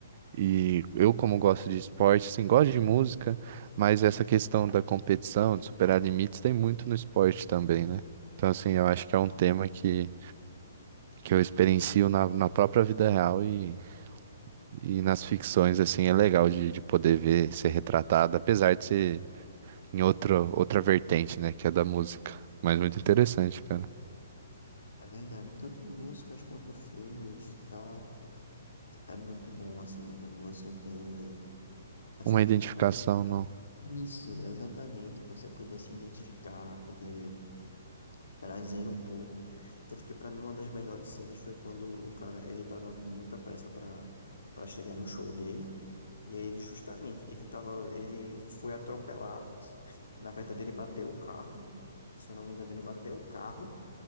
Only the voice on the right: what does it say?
E eu, como gosto de esporte, assim, gosto de música, mas essa questão da competição, de superar limites, tem muito no esporte também, né? Então, assim, eu acho que é um tema que, que eu experiencio na, na própria vida real e. E nas ficções, assim, é legal de, de poder ver ser retratado, apesar de ser em outra, outra vertente, né, que é da música. Mas muito interessante, cara.
Uma
identificação, não.